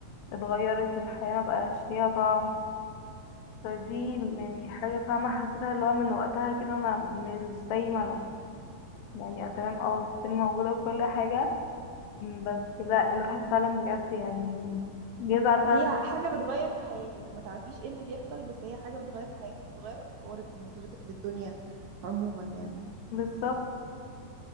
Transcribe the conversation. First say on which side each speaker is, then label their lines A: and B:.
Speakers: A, on the left; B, on the right.
A: اتغيرت الحياة ما بقاش ليها طعم فدي يعني حاجة فاهمة حسيتها اللي هو من وقتها كده انا مش زي ما انا يعني أه تمام اه السن موجودة وكل حاجة بس لا الواحد فعلا بجد يعني بيزعل فعلا
B: هي حاجة بتغير في حياتك ما تعرفيش ايه اللي بيحصل بس هي حاجة بتغير في حياتك بتغير افكارك ونظرتك للدنيا عموما يعني
A: بالظبط